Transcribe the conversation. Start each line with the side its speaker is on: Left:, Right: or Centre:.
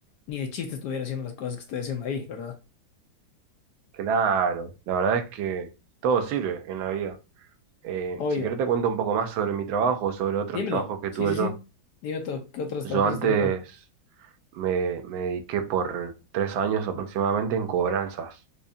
Left: ni de chiste estuviera haciendo las cosas que estoy haciendo ahí, ¿verdad?
Right: Claro, la verdad es que todo sirve en la vida. Eh,
Left: Obvio.
Right: si querés te cuento un poco más sobre mi trabajo, sobre otros
Left: Dímelo.
Right: trabajos que
Left: Sí,
Right: tuve
Left: sí,
Right: yo.
Left: sí. Dime tú, ¿qué otros
Right: Yo
Left: trabajos
Right: antes
Left: has tenido?
Right: me, me dediqué por tres años aproximadamente en cobranzas.